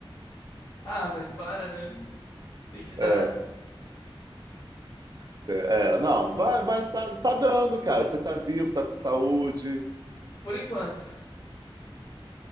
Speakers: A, on the left; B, on the right.
A: Ah, mas para, né? Tem que dar,
B: É, cê- é, não, vai, vai, tá, tá dando, cara. Você tá vivo, tá com saúde.
A: por enquanto.